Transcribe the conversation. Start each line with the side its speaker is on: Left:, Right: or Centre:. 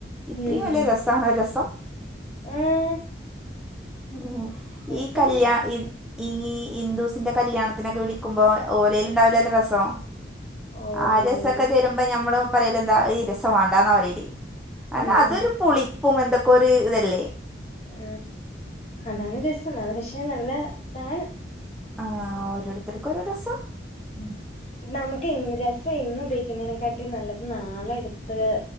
Centre: ഇത്രയും
Left: ഉം
Centre: വലിയ രസ <unintelligible> രസം
Left: ആഹ്
Centre: ഉം
Left: രസം
Centre: ഈ കല്യാ ഈ ഈ ഹിന്ദൂസിന്റെ കല്യാണത്തിനൊക്കെ വിളിക്കുമ്പോ ഓലൽ ഉണ്ടാവലല്ല രസോ
Left: ഓലേൽ
Centre: ആ രസൊക്ക വരുമ്പോ ഞമ്മള് പറയ എന്താ രസം വേണ്ടാന്നാ പറല് കാരണം
Left: ഉം
Centre: അതൊരു പുളി പൂ എന്തൊക്കെ ഒരു ഇതല്ലേ
Left: ഉ അതാണ് രസം അത് പക്ഷെ നല്ല ഇതാണ്
Centre: ആ ഓരോരുത്തർക്കും ഒരുര രസം
Left: ഉ നമുക്ക് രസം ഇന്ന ഉപയോഗിക്കുന്നതിനെക്കാട്ടി നല്ലത് നാളെ എടുത്ത്